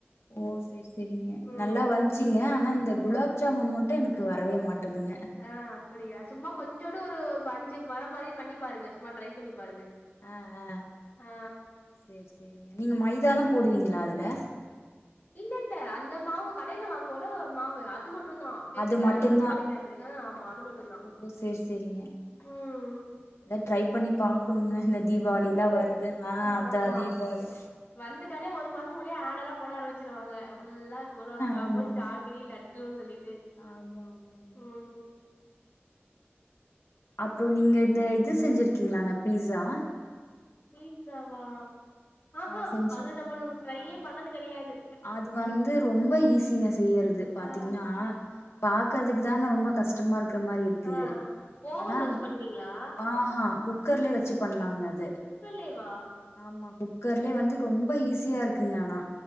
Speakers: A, on the left; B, on the left.
A: ஓ செரி செரிங்க
B: ம்
A: நல்லா வந்துச்சுங்க ஆனா இந்த குலாப்
B: அ
A: ஜாமுன் மட்டு எனக் க்கு வரவே மாட்டேதுங்க
B: ஆ அப்பிடியா சும்மா கொஞ்சுன்டு ஒரு ஒரு அஞ்சு வர மாரி பண்ணி பாருங்க சும்மா ட்ரை பண்ணி பாருங்க
A: ஆ ஆ
B: ஆ
A: சேரி சேரிங்க நீங்க மைதா எல்லா போடுவீங்களா அதுல
B: இல்ல இல்ல அந்த மாவு கடையில வாங்குவோல்ல ஒரு மாவு அ அது மட்டு தா
A: அது
B: எக்ஸ்ட்ரா
A: மட்டுந்தா
B: எதுவுமே கெடையாது ஆமா அது மட்டு தா
A: ஓ சேரி சேரிங்க
B: ம்
A: அத ட்ரை பண்ணி பாக்கணுங்க இந்த தீபாவளி எல்லா வருது ஆ அதா
B: ஆமா
A: தீபாவளி
B: வந்துட்டாலே ஒரு மாச முன்னடியே ஆடர்ல்லா போட ஆரம்பிச்சிருவாங்க ஃபுல்லா குலாப் ஜாமுன்
A: ஆமா
B: ஜாங்கிரி லட்டுன்னு சொல்லிட்டு
A: ஆமா ஆமாங்க
B: ம்
A: அப்றோ நீங்க இந்த இது செஞ்சிருக்கீங்கள பீஸா
B: பீட்சாவா ஆஹா
A: ஆ செஞ்சு
B: அது
A: பாத்துருக்கீங்களா
B: நம்மள் ட்ரையே பண்ணது கெடையாது
A: அது வந்து ரொம்ப ஈஸிங்க செய்யறது பாத்தீங்கன்னா
B: ஆ
A: பாக்குறதுக்கு தாங்க ரொம்ப கஷ்ட கஷ்டமா இருக்கிற மாரி இருக்கு
B: ஆ ஓவன்
A: ஆனா
B: வச்சு பண்ணுவீங்களா
A: ஆ ஆ குக்கர்லயே வெச்சு பண்ணலாங்க அது
B: குக்கர்லேவா
A: ஆமா குக்கர்லயே வந்து ரொம்ப ஈஸியா இருக்குங்க ஆனா